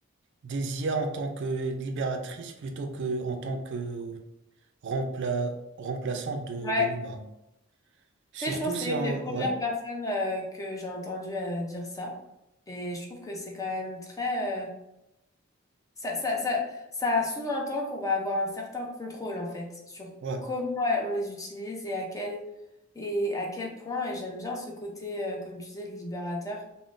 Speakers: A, on the right; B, on the left.
A: des IA en tant que libératrice plutôt que en tant que rempla, remplaçant de,
B: ouais.
A: de l'humain. Surtout,
B: Tu sais, je pense que
A: c'est
B: c'est une
A: un...
B: des premières
A: Ouais,
B: personnes euh, que j'ai entendu euh, dire ça. Et je trouve que c'est quand même très... euh, Ça, ça, ça, ça sous-entend qu'on va avoir un certain contrôle, en fait, sur
A: ouais,
B: comment on les utilise et à quel, et à quel point. Et j'aime bien ce côté, euh, comme tu disais, de libérateur.